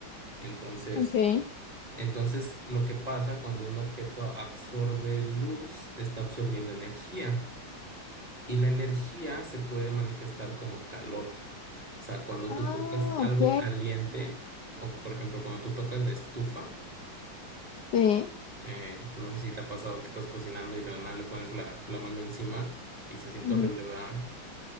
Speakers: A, on the right; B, on the left.
A: Entonces...
B: Ok.
A: Entonces, lo que pasa cuando un objeto a- absorbe luz, está absorbiendo energía y la energía se puede manifestar como calor. O sea, cuando
B: Ah,
A: tú tocas algo
B: ok.
A: caliente, o por ejemplo, cuando tú tocas la estufa,
B: Sí.
A: eh, no sé si te ha pasado que estás cocinando y de la nada le pones la, la mano encima y se siente
B: ujú,
A: horrible, ¿verdad?